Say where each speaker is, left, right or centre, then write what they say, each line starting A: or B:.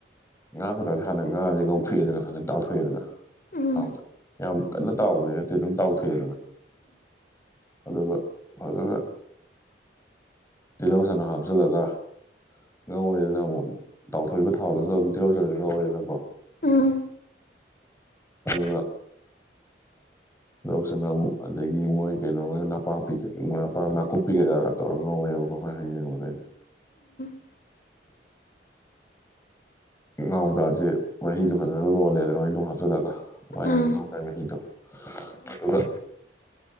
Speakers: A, on the left (about 15°); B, on the left (about 50°).
A: ꯉꯥ ꯈꯨꯇꯥꯁꯦ ꯍꯥꯟꯅ ꯉꯥꯁꯦ ꯉꯧꯊꯣꯛꯑꯦꯗꯅ ꯐꯖꯅ ꯇꯥꯎꯊꯣꯛꯑꯦꯗꯅ
B: ꯎꯝ
A: ꯊꯥꯎꯗ ꯌꯥꯝ ꯀꯟꯅ ꯇꯥꯎꯕꯅꯦ ꯅꯠꯇꯦ ꯑꯗꯨꯝ ꯇꯥꯎꯊꯣꯛꯑꯦ ꯑꯗꯨꯅ ꯑ ꯐꯅ ꯇꯤꯜꯍꯧꯁꯅ ꯍꯥꯞꯆꯤꯜꯂꯒ ꯉꯧꯔꯦꯗꯅ ꯑꯃꯨꯛ ꯇꯥꯎꯊꯣꯛꯏꯕ ꯊꯥꯎꯗꯨꯅ ꯑꯗꯨꯝ ꯇꯤꯔꯧꯖꯔꯒ ꯉꯧꯔꯦꯗꯅꯀꯣ
B: ꯎ
A: ꯑꯕ ꯂꯧꯁꯤꯅ ꯑꯗꯒꯤ ꯃꯣꯏ ꯀꯩꯅꯣ ꯃꯣꯏ ꯅꯄꯥꯛꯄꯤꯄꯥꯛ ꯅꯥꯀꯨꯞꯄꯤ ꯀꯩꯀꯥꯒ ꯇꯧꯔꯒ ꯉꯝꯋꯣꯏꯕ ꯍ ꯍꯥꯏꯗꯥꯏꯅꯦ
B: <unintelligible>
A: ꯉꯥꯎ ꯇꯥꯁꯦ ꯃꯍꯤꯗꯣ ꯐꯖꯅ ꯂꯣꯜꯂꯦꯗꯅ ꯃꯣꯏ ꯑꯗꯨꯝ ꯍꯥꯞꯆꯤꯜꯂꯒ
B: ꯇꯤꯜꯍꯧ
A: ꯋꯥꯥꯏ ꯉꯤ ꯉꯥꯎ ꯇꯥꯏ ꯃꯍꯤꯗꯣ ꯁꯤꯕ